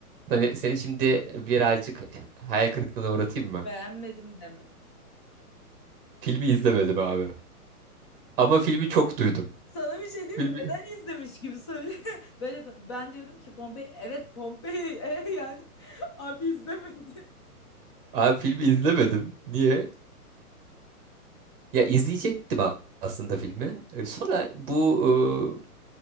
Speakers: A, on the left; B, on the right.
A: Evet.
B: Seni, seni şimdi birazcık hayal kırıklığına uğratayım mı?
A: Beğenmedim deme.
B: Filmi izlemedim abi. Ama filmi çok duydum.
A: Sana bir şey diyeyim
B: Filmi,
A: mi? Neden izlemiş gibi söyle. <laughs> Böyle ben diyorum ki Pompei. Evet Pompei. <laughs> E yani <laughs> abi izlemedi.
B: abi filmi izlemedim. Niye? Ya izleyecektim a- aslında filmi. E, Sonra bu